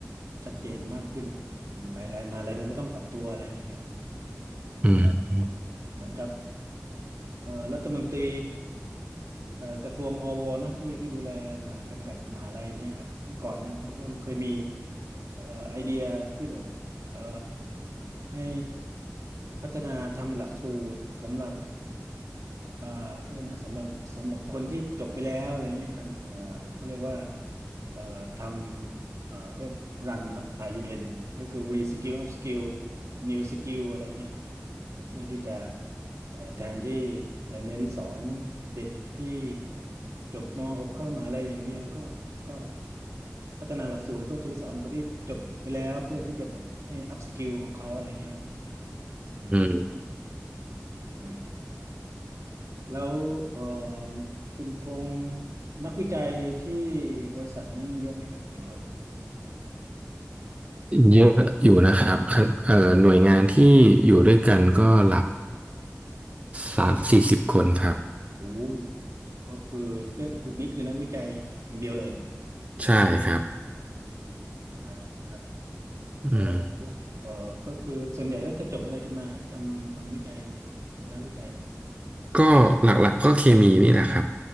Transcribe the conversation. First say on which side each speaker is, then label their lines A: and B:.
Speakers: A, on the right; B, on the right.
A: ชัดเจนมากขึ้นอ่ะอืมหลายๆมหาอะไรมันก็ต้องปรับตัวอะไรงเงี้ยครับอืมก็
B: อืมอืม
A: เหมือนกับ เอ่อรัฐมนตรีเอ่อกระทรวงอวเนาะที่ที่ดูแลมหากำกับมหาลัยเงี้ยครับเมื่อก่อนเนี่ยเขาก็เคยมีเอ่อไอเดียที่แบบเอ่อให้พัฒนาทำหลักสูตรสำหรับเอ่อเขาเรียกนะสำหรับสำหรับคนที่จบไปแล้วอะไรเงี้ยครับเอ่อเขาเรียกว่าเอ่อทำเอ่อเขาเรียกรันเนาะ RUN ก็คือ Reskill Upskill New Skill อะไรเงี้ยครับอืมเพื่อที่จะ เอ่อแทนที่จะเน้นสอนเด็กที่จบม .6 เข้ามหาอะไรอย่างเดียวก็ก็พัฒนาหลักสูตรเพื่อจะไปสอนคนที่จบไปแล้วเพื่อที่จะแบบให้อัพสกิลของเขาอะไรเงี้ยครับอืม
B: อืม
A: อืมแล้วเอ่อคุณพงษ์นักวิจัยที่บริษัทนี้เยอะไหมครับกี่คน
B: เยอะอยู่นะครับขั้นเอ่อหน่วยงานที่อยู่ด้วยกันก็หลักสามสี่สิบคนครับ
A: โอ้ก็คือก็คือนี่คือนักวิจัยอย่างเดียวเลย
B: ใช่ครับ
A: อืมครับครับ
B: อืม
A: แล้วเออก็คือส่วนใหญ่แล้วจะจบอะไรกันมาครับทำทำวิจัยเป็นนักวิจัยเนี่ย
B: ก็หลักๆก็เคมีนี่แหละครับ